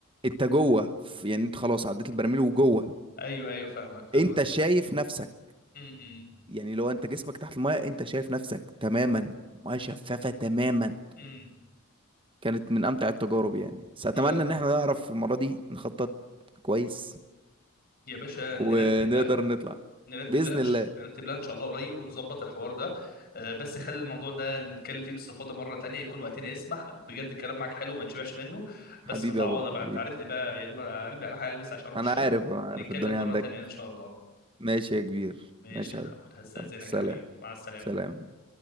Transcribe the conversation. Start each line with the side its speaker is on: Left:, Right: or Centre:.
Right: انت جوه في- يعني انت خلاص عديت البراميل وجوه
Left: ايوه ايوه فاهمك فاهمك
Right: انت شايف نفسك
Left: امم امم
Right: يعني لو انت جسمك تحت المايه انت شايف نفسك تماما ميه شفافه تماما
Left: إمم.
Right: كانت من امتع التجارب يعني بس اتمنى
Left: يا
Right: ان احنا نعرف المره دي نخطط كويس
Left: يا باشا
Right: ونقدر
Left: نرتب لها
Right: نطلع
Left: نرتب
Right: باذن
Left: لها إن
Right: الله
Left: شاء- نرتب لها ان شاء الله قريب ونظبط الحوار ده آه، بس خلي الموضوع ده نتكلم فيه باستفاضه مره تانية يكون وقتنا يسمح بجد الكلام معاك حلو وما تشبعش منه
Right: حبيبي
Left: بس متعوضه
Right: يا بوب
Left: بقى
Right: حبيبي
Left: انت عارفني بقى يا دوب على قلبي انا هلبس عشان اروح
Right: انا
Left: الشغل
Right: عارف انا عارف
Left: ونتكلم
Right: الدنيا
Left: مره
Right: عندك
Left: تانية ان شاء الله
Right: ماشي يا كبير
Left: ماشي
Right: ماشي
Left: يا محمد
Right: يا حبيبي
Left: هستاذنك
Right: سلام
Left: يا حبيبي مع السلامه
Right: سلام